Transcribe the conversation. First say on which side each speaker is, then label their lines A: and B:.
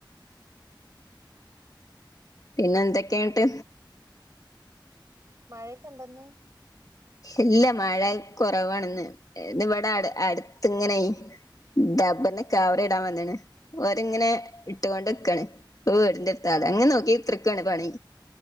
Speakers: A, on the left; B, on the right.
A: പിന്നെ എന്തൊക്കെയുണ്ട്
B: മഴയൊക്കെ ഉണ്ടോ ഇന്ന്
A: ഇല്ല മഴ കുറവാണ് ഇന്ന് ഇന്ന് ഇവിടെ അടു അടുത്ത് ഇങ്ങനായി ഡബറിന് കവർ
B: ആഹ്
A: ഇടാൻ വന്നാണ് ഓര്ങ്ങനെ ഇട്ടുകൊണ്ട് നിക്കാണ് വീടിന്റെ അടു ത്താണ്
B: ആഹ്
A: അതങ്ങ് നോക്കി കുത്ത്ർക്കാണ് പണി